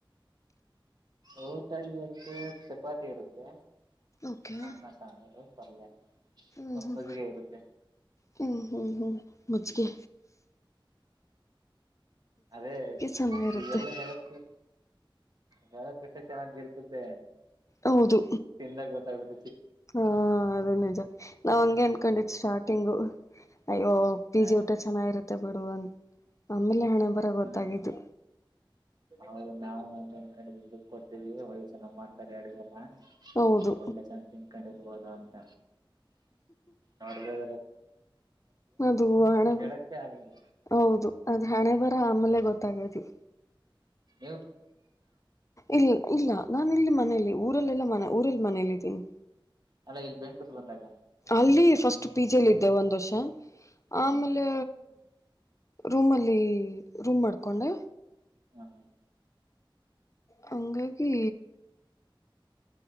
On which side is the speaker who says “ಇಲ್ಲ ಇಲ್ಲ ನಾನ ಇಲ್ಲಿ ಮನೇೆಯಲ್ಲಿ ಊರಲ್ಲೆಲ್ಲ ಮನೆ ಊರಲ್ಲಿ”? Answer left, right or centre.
Left